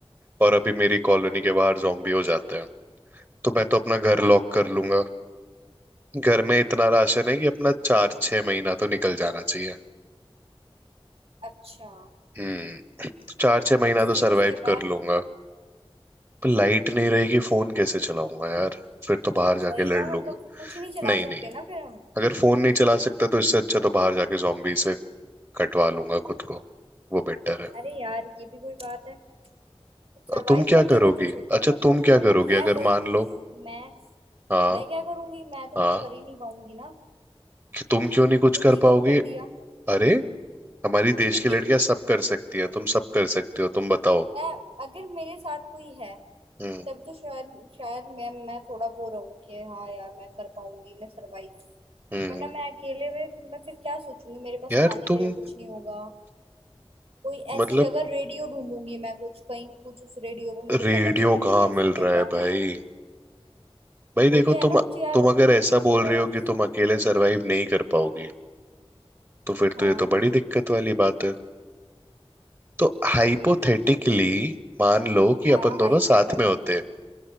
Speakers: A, on the right; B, on the right.
A: और अभी मेरी कॉलोनी के बाहर जॉम्बी हो जाते हैं तो मैं तो अपना घर
B: हाँ
A: लॉक कर लूंगा घर में इतना राशन है कि अपना चार छह महीना तो निकल जाना चाहिए
B: अच्छा
A: हम्म चार छह
B: और
A: महीना तो
B: फिर
A: सरवाइव
B: उसके बाद
A: कर लूंगा पर लाइट नहीं रहेगी फोन कैसे चलाऊंगा यार फिर तो बाहर जाके
B: वही
A: लड़
B: ना
A: लूंगा
B: मतलब कुछ नहीं चला
A: नहीं नहीं
B: सकते ना फिर हम
A: अगर फोन नहीं चला सकता तो इससे अच्छा तो बाहर जाके जॉम्बी से कटवा लूंगा खुद को वो बेटर है
B: अरे यार ये भी कोई बात है तो सरवाइव
A: तुम क्या
B: करने
A: करोगी
B: का तो सोचो
A: अच्छा
B: मतलब
A: तुम
B: थोड़ा
A: क्या करोगी
B: मैं
A: अगर
B: ब-
A: मान लो
B: मैं
A: हाँ
B: मैं क्या करूंगी मैं तो
A: हाँ
B: कुछ कर ही नहीं पाऊंगी ना
A: कि तुम क्यों नहीं कुछ
B: मैं तो गिव
A: कर पाओगे
B: अप कर दिया
A: अरे हमारी देश
B: <laughs>
A: की लड़कियां सब कर सकती है तुम सब कर सकते हो तुम बताओ
B: मैं अगर मेरे साथ कोई है
A: हम्म
B: तब तो शायद शायद मैं मैं थोड़ा वो रहूं कि हाँ यार मैं कर पाऊंगी मैं सरवाइव
A: हम्म
B: वरना मैं अकेले में मैं फिर क्या सोचूंगी मेरे पास
A: यार
B: खाने
A: तुम
B: के लिए कुछ नहीं होगा कोई ऐसी
A: मतलब
B: जगह रेडियो ढूंढूंगी मैं कुछ कहीं कुछ उस रेडियो पे मुझे
A: रेडियो
B: पता चले कि
A: कहाँ
B: ऐसी
A: मिल
B: जगह
A: रहा है भाई
B: है
A: भाई देखो
B: होते हैं
A: तुम
B: ना कुछ यार
A: तुम अगर
B: रेडियो
A: ऐसा बोल
B: वगैरह
A: रही हो कि तुम अकेले सरवाइव नहीं कर पाओगे तो फिर
B: हाँ
A: तो ये तो बड़ी दिक्कत वाली बात है तो हाइपोथेटिकली
B: हाँ वही ना
A: मान लो कि
B: हाँ
A: अपन दोनों
B: हाइपोथेटिकली
A: साथ में होते